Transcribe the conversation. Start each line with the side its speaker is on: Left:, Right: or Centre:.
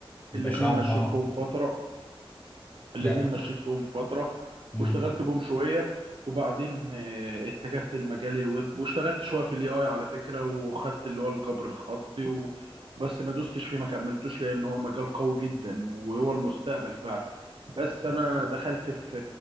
Left: ما
Right: الاتنين
Left: شاء
Right: مشيت
Left: الله
Right: فيهم فتره الاتنين
Left: ده
Right: مشيت فيهم فترة
Left: مم.
Right: واشتغلت بهم شوية وبعدين آه، اتجهت لمجال الويب واشتغلت شوية في الاي اي على فكرة وخدت اللي هو الجبر الخطي و... بس ما دوستش فيه ما كملتوش لان هو مجال قوي جدا وهو المستقبل فعلا بس انا دخلت في